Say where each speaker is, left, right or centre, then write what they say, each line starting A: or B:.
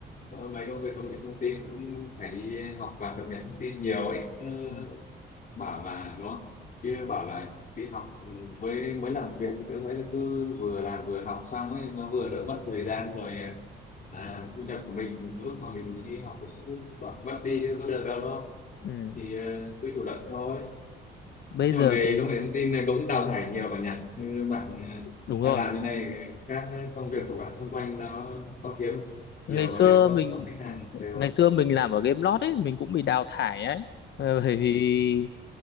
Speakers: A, on the left (about 45°); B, on the left (about 60°).
A: ờ, mấy công việc công nghệ thông tin cũng phải đi học và cập nhật thông tin nhiều ấy Ừ,
B: ừ.
A: bảo là nó chứ bảo là đi học ừ, với mới làm việc thì tôi thấy cứ vừa làm vừa học xong ấy nó vừa đỡ mất thời gian rồi à, thu nhập của mình lúc mà mình đi học thì cũng toàn mất đi chứ có được đâu đó
B: Ừ.
A: thì ờ, cứ chủ động thôi
B: bây
A: nhưng
B: giờ
A: mà nghề
B: cái
A: công nghệ thông tin này cũng đào thải nhiều bạn nhỉ như bạn ờ,
B: đúng
A: đang
B: rồi
A: làm thế này các công việc của bạn xung quanh nó có kiếm không
B: ngày
A: nhiều và
B: xưa
A: đều không
B: mình
A: có khách hàng
B: ừ,
A: đều
B: ngày
A: không?
B: xưa mình làm ở game lót ấy mình cũng bị đào thải ấy Ờ, bởi vì